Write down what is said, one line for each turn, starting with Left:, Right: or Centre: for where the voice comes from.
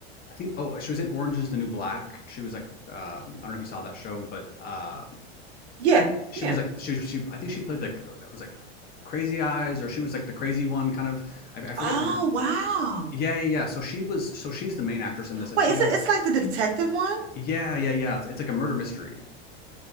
Left: I think oh, she was in Orange is the New Black. She was like um I don't know if you saw that show, but uh
Right: Yeah,
Left: she
Right: yeah.
Left: was like she she I think she played like uh, it was like Crazy Eyes or she was like the crazy one kind of I, I forget
Right: Oh,
Left: her name.
Right: wow.
Left: Yeah, yeah, yeah. So she was so she's the main actress in this and
Right: Wait,
Left: she
Right: is
Left: does
Right: it it's like the detective one?
Left: yeah, yeah, yeah. It's, it's like a murder mystery.